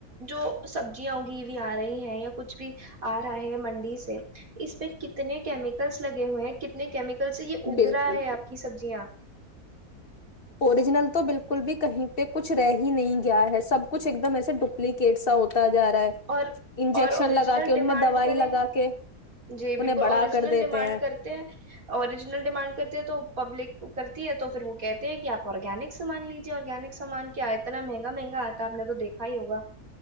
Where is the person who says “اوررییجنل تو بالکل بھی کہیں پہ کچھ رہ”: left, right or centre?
Left